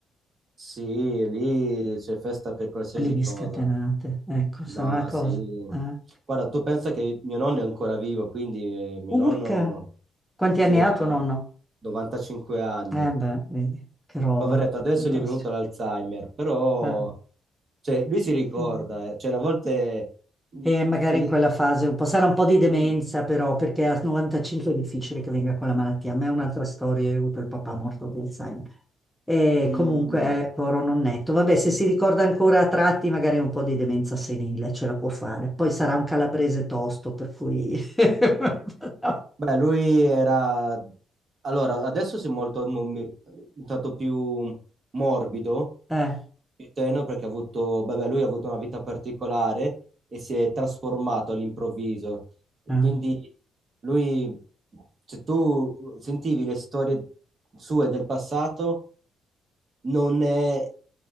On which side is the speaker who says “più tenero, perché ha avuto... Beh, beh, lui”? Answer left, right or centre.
Right